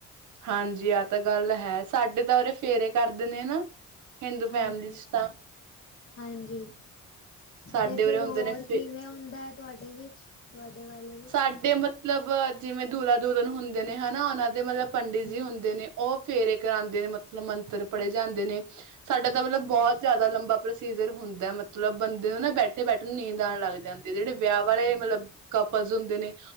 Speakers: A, on the right (about 80°); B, on the left (about 45°).
A: ਹਾਂਜੀ ਆਹ ਤਾਂ ਗੱਲ ਹੈ ਸਾਡੇ ਤਾਂ ਉਰੇ ਫੇਰੇ ਕਰਦੇ ਨੇ ਨਾ। ਹਿੰਦੂ
B: ਹਾਂਜੀ,
A: ਫੈਮਿਲੀ ਚ ਤਾਂ।
B: ਹਾਂਜੀ।
A: ਸਾਡੇ
B: ਤੇ ਫਿਰ
A: ਉਰੇ ਹੁੰਦੇ
B: ਹੋਰ
A: ਨੇ ਫੇ
B: ਕਿਵੇਂ ਹੁੰਦਾ ਹੈ, ਤੁਹਾਡੇ ਵਿੱਚ ਤੁਹਾਡੇ ਵਾਲੇ। ਵਿੱਚ
A: ਸਾਡੇ ਮਤਲਬ ਜਿਵੇਂ ਦੁਲਾ ਦੁਲਨ ਹੁੰਦੇ ਨੇ ਹਨਾ, ਉਹਨਾਂ ਦੇ ਮਤਲਬ ਪੰਡਿਤ
B: ਹੂੰ,
A: ਜੀ ਹੁੰਦੇ ਨੇ। ਉਹ ਫੇਰੇ ਕਰਾਉਂਦੇ ਨੇ ਮਤਲਬ ਮੰਤਰ ਪੜ੍ਹੇ ਜਾਂਦੇ ਨੇ, ਸਾਡਾ ਤਾਂ
B: ਅੱਛਾ
A: ਮਤਲਬ ਬਹੁਤ ਜ਼ਿਆਦਾ ਲੰਬਾ ਪ੍ਰੋਸੀਜਰ ਹੁੰਦਾ, ਮਤਲਬ ਬੰਦੇ ਨੂੰ ਨਾ ਬੈਠੇ ਬੈਠੇ ਨੂੰ ਨੀਂਦ ਆਉਣ ਲੱਗ ਜਾਂਦੀ ਹੈ, ਜਿਹੜੇ ਵਿਆਹ ਵਾਲੇ ਮਤਲਬ ਫਜ਼ ਹੁੰਦੇ ਨੇ